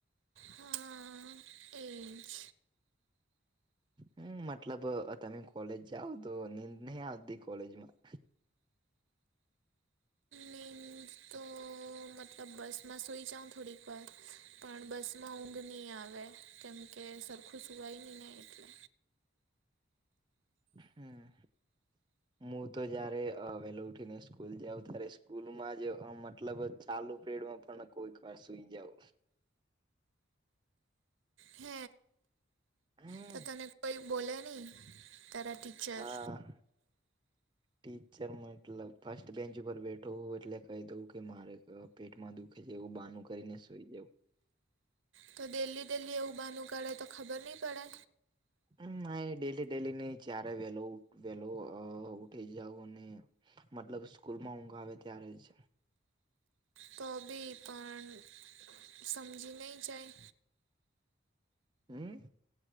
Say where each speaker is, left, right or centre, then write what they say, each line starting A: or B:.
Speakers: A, on the right; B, on the right.
A: હા એ જ.
B: હમ મતલબ તમે કોલેજ જાઓ તો નીંદ નહી આવતી કોલેજમાં.
A: નીંદ તો મતલબ બસમાં સોઈ જાઉં. થોડીક વાર પણ બસમાં ઊંઘ નહીં આવે. કેમકે સરખું સુવાય નહીં. ને એટલે
B: હમ, મુ તો જયારે વહેલો ઉઠી ને સ્કૂલ જાઉં. ત્યારે સ્કૂલમાં જ મતલબ ચાલુ પેડમાં પણ કોઈક વાર સુઈ જાવ.
A: હે,
B: હમ
A: તો તને કોઈ બોલે નહી તારા ટીચર.
B: હા ટીચર મતલબ ફસ્ટ બેન્ચ ઉપર બેઠો હોવ એટલે કહી દઉં કે મારે. હા પેટમાં દુખે છે. એવું બાનું કરીને સુઈ જવું.
A: તો ડેલી ડેલી એવું બહાનુ કાઢે તો ખબર નહી પડે.
B: હમ ના ડેલી ડેલી નઈ જ્યારે વેલો વેલો અ ઉઠી જાઉ અને. મતલબ સ્કૂલમાં ઊંઘ આવે ત્યારે જ.
A: તો બી પણ સમજી નહી જાય.
B: હમ,